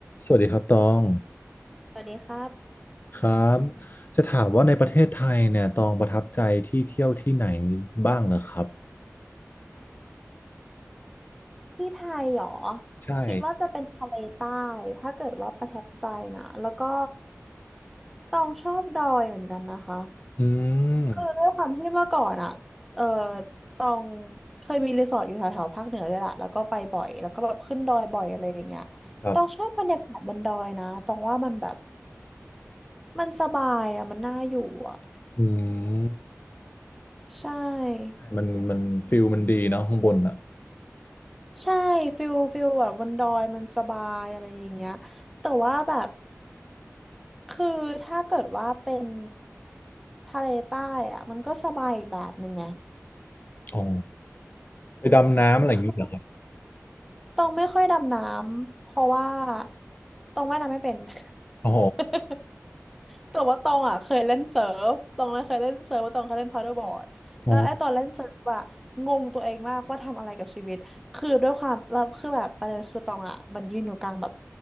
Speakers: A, on the left (about 40°); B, in the centre.
A: สวัสดีครับตอง
B: สวัสดีครับ
A: ครับจะถามว่าในประเทศไทยเนี่ยตองประทับใจที่เที่ยวที่ไหนบ้างเหรอครับ
B: ที่ไทยเหรอ
A: ใช่
B: คิดว่าจะเป็นทะเลใต้ถ้าเกิดว่าประทับใจนะแล้วก็ตองชอบดอยเหมือนกันนะคะ
A: อืม
B: คือด้วยความที่เมื่อก่อนอ่ะเออตองเคยมีรีสอร์ทอยู่แถวๆภาคเหนือด้วยล่ะแล้วก็ไปบ่อยแล้วก็แบบขึ้นดอยบ่อยอะไรอย่างเงี้ย
A: ครับ
B: ตองชอบบรรยากาศบนดอยนะตองว่ามันแบบมันสบายอ่ะมันน่าอยู่อ่ะ
A: อืม
B: ใช่
A: ใช่มันมันฟิลมันดีเนอะข้างบนอ่ะ
B: ใช่ฟิลฟิลแบบบนดอยมันสบายอะไรอย่างเงี้ยแต่ว่าแบบคือถ้าเกิดว่าเป็นทะเลใต้อะมันก็สบายอีกแบบหนึ่งไง
A: อ๋อไปดำน้ำอะไรอย่างนี้เหรอครับ
B: คือตองไม่ค่อยดำน้ำเพราะว่าตองว่ายน้ำไม่เป็น
A: อ๋อ
B: <laughs> แต่ว่าตองอ่ะเคยเล่นเซิร์ฟตองเลยเคยเล่นเซิร์ฟว่าตองเคยเล่นพาราบอร์ดแล้วไอ้ตอนเล่นเซิร์ฟอ่ะงงตัวเองมากว่าทำอะไรกับชีวิตคือด้วยความเราคือแบบประเด็นคือตองอ่ะมันยืนอยู่กลางแบบ
A: อ๋อ